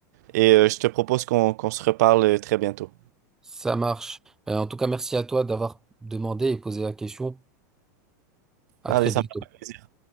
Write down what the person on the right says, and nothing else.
Et euh, je te propose qu'on qu'on se reparle euh, très bientôt.
Allez,
ça
me fait plaisir.